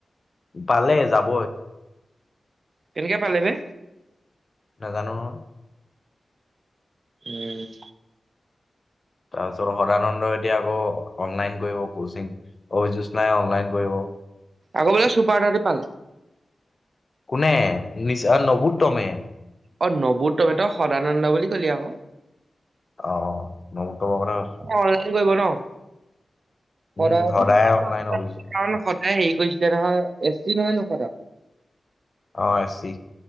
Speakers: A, on the left (about 40°); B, on the right (about 55°).
A: পালে যাব
B: কেনেকে পালে বে
A: নাজানো নহয়।
B: উম'।
A: তাৰপিছত সদানন্দ এতিয়া আকৌ অনলাইন কৰিব কচিং, অআকৌ জোৎস্না নাই অনলাইন কৰিব।
B: আকৌ বোলে সুপাৰটাৰতে পালে।
A: কোনে নিছে নবুত্তমে।
B: অ' নবুত্তমে তই সদানন্দ বুলি কলি আকৌ
A: অ'। নবোত্তমৰ কথা কৈছো
B: অনলাইন কৰিব ন। সদায়ো
A: উম সদায় অনলাইন
B: কাৰণ
A: অভিযোগ
B: সদায় হেৰি কৰিছে। এ চি নহয় নহয় জানো সদা
A: অ' এছি।